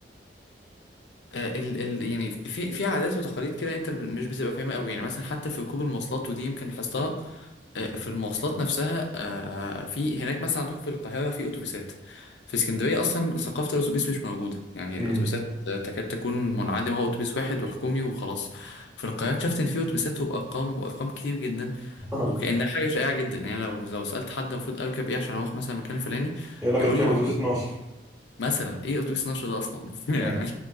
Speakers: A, on the left; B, in the centre.
A: آه، ال ال يعني في في عادات وتقاليد كده انت مش بتبقى فاهمها قوي يعني مثلا حتى في ركوب المواصلات ودي يمكن لاحظتها آه، في المواصلات نفسها آه، في هناك مثلا عندكم في القاهرة في أتوبيسات في اسكندرية أصلا ثقافة الأتوبيس مش موجودة يعني الأتوبيسات
B: م.
A: آه، تكاد تكون منعدمة هو أتوبيس واحد وحكومي وخلاص في القاهرة اكتشفت إن في أتوبيسات وبأرقام وأرقام كتير جدا
B: <laughs>
A: وكأنها حاجة شائعة جدا يعني لو لو سألت حد المفروض أركب إيه عشان أروح مثلا المكان الفلاني
B: يقول لك
A: يقول
B: الكلاب
A: لي
B: اتوبيس 12
A: مثلا ايه اتوبيس النشر ده اصلا <laughs> يعني
B: يعني